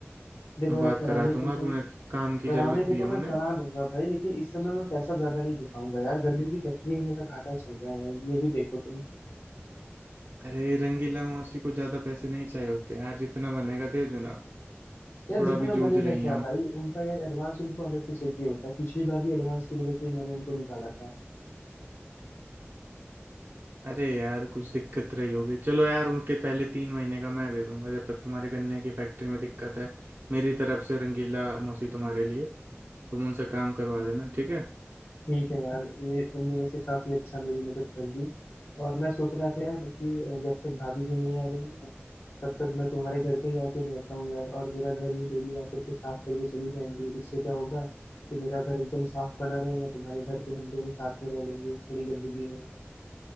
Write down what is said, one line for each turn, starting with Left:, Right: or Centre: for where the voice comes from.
Left: देखो
Right: मैं
Left: यार
Right: बात
Left: कराने
Right: करा दूंगा
Left: को तो
Right: अभी उन्हें काम की
Left: कराने
Right: जरूरत
Left: को
Right: भी
Left: तो
Right: है उन्हें
Left: मैं करा लूंगा भाई लेकिन इस समय मैं पैसा ज्यादा नहीं दे पाऊंगा यार गन्ने की फैक्ट्री में मेरा घाटा चल रहा है भाई ये भी देखो तुम
Right: अरे रंगीला मौसी को ज्यादा पैसे नहीं चाहिए होते यार जितना बनेगा दे देना
Left: यार
Right: थोड़ा
Left: जितना
Right: भी जूझ
Left: बनेगा
Right: रही
Left: क्या
Right: हैं वो।
Left: भाई उनका यार एडवांस उनको अलग से चाहिए होता है पिछली बार भी एडवांस की वजह से ही मैंने उनको निकाला था
Right: अरे यार कुछ दिक्कत रही होगी चलो यार उनके पहले तीन महीने का मैं दे दूंगा जब तक तुम्हारे गन्ने की फैक्ट्री में दिक्कत है मेरी तरफ से रंगीला मौसी तुम्हारे लिए तुम उनसे काम करवा देना ठीक है
Left: ठीक है यार ये तुमने वैसे काफी अच्छा मेरी मदद कर दी और मैं सोच रहा था यार कि जब तक भाभी जी नहीं आ रही है तब तक मैं तुम्हारे घर पे ही आके रहता हूँ यार और मेरा घर ये डेली आकर के साफ करके चली जाएंगी इससे क्या होगा कि मेरा घर एकदम साफ बना रहेगा तुम्हारे घर पे हम दोनों साथ में रह लेंगे थोड़ी गंदगी में